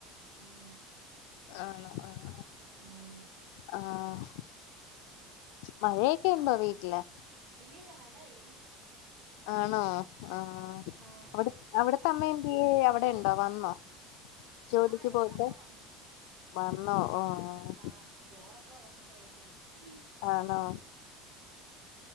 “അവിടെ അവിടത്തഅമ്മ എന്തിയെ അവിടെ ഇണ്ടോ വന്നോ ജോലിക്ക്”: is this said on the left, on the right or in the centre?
Left